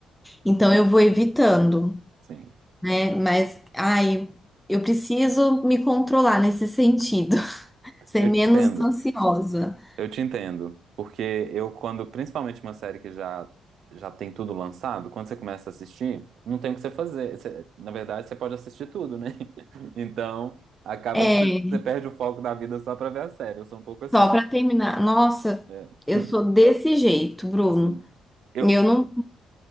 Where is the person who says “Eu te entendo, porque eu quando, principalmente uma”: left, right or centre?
Right